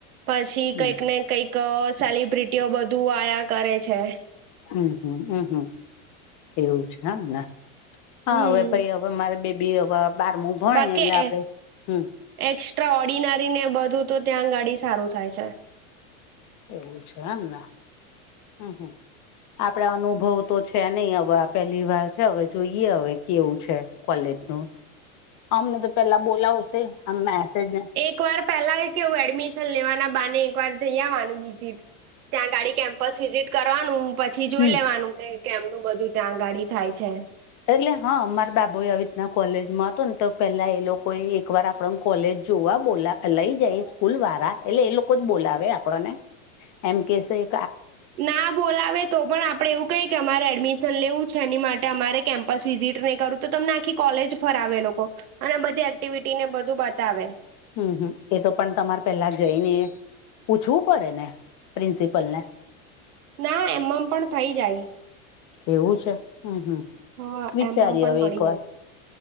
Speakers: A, on the right (about 80°); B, on the left (about 40°).
A: પછી
B: હમ
A: કંઈક ને, કઈક સેલિબ્રિટીઓ બધું આયા કરે છે.
B: હમ, હમ, હમ, હમ એવું છે આમ ના. હા,
A: હમ
B: હવે ભાઈ, હવે મારી બેબી એ હવે બારમું. ભણે
A: બાકી
B: એટલે આપડે
A: એ
B: હમ
A: એક્સ્ટ્રા ઓર્ડિનારી ને, બધું તો ત્યાં ગાડી સારું થાય છે.
B: એવું છે, એમને હમ, હમ. આપડા અનુભવ તો છે નહી, હવે આ પહેલી વાર છે, હવે જોઈએ, હવે કેવું છે કોલેજ નું. અમને તો પેલા બોલાવશે, આમ મેસેજને
A: એકવાર પહેલા કેવું એડમિશન લેવાના બહાને, એકવાર વાર જઈ આવવાનું વિઝિટ, ત્યાં ગાડી કેમ્પ. બસ વિઝિટ કરવાનું, પછી જોઈ
B: હમ
A: લેવાનું કે, કેમનું બધું ત્યાં ગાડી થાય છે.
B: એટલે હા, મારા બાબુ આવી રીતના કોલેજમાં હતો ને, તો પેલા એ લોકોએ એક વાર આપણ કોલેજ જોવા બોલા લઈ જાય સ્કૂલ વાળા, એટલે એ લોકો જ બોલાવે આપણો ને. એમ કેસે.
A: ના બોલાવે. તો પણ આપડે એવું કહી કે, અમારે એડમિશન લેવું છે, એની માટે અમારે કેમ્પસ વિઝિટ નહીં કરું. તો તમને આખી કોલેજ ફરાવે એ લોકો અને બધી એક્ટિવિટીને બધું બતાવે.
B: હમ્મ, હમ્મ, એ તો પણ તમારે પેલા જઈને પૂછવું પડે ને પ્રિન્સિપલ ને?
A: ના એમ મ પણ થઈ જાય.
B: એવું છે, હમ્મ હમ્મ,
A: હા
B: વિચારીએ
A: એમમ પણ
B: હવે
A: મળી
B: એક વાર.
A: જાય